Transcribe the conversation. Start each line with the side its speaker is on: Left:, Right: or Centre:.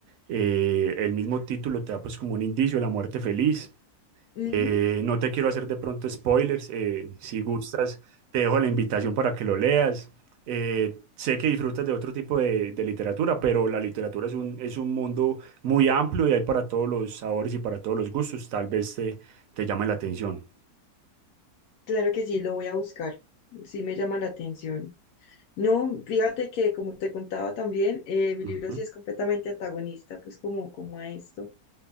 Right: Eh, el mismo título te da pues como un indicio de la muerte feliz. Eh,
Left: Ujú,
Right: no te quiero hacer de pronto spoilers, eh, si gustas te dejo la invitación para que lo leas. Eh, sé que disfrutas de otro tipo de, de literatura, pero la literatura es un, es un mundo muy amplio y hay para todos los sabores y para todos los gustos. Tal vez te, te llame la atención.
Left: claro que sí, lo voy a buscar, sí me llama la atención. No, fíjate que como te contaba también, eh, mi
Right: Ujú.
Left: libro sí es completamente antagonista, pues como, como a esto.